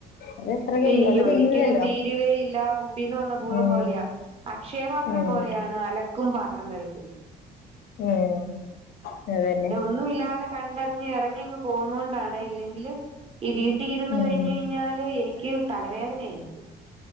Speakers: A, on the left; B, on the right.
A: അതെത്ര കയ്യും
B: അയ്യോ
A: അത് കയ്യൂലല്ലോ
B: ഒരിക്കലും തീരുവേ ഇല്ല, കുപ്പീന്ന് വന്ന ഭൂതം
A: ഉം
B: പോലെയാ അക്ഷയപാത്രം
A: ഉം
B: പോലെയാണ് അലക്കും പാത്രം കഴുക
A: ഉം അതന്നെ
B: ഒന്നുമില്ലാതെ കണ്ടറിഞ്ഞ് എറങ്ങി ഇങ്ങ് പോന്നോണ്ടാണ് ഇല്ലെങ്കില് ഈ വീട്ടിൽ ഇരുന്ന്
A: ഉം
B: കഴിഞ്ഞ് കഴിഞ്ഞാല് എനിക്ക് തലവേദനയായിരിക്കും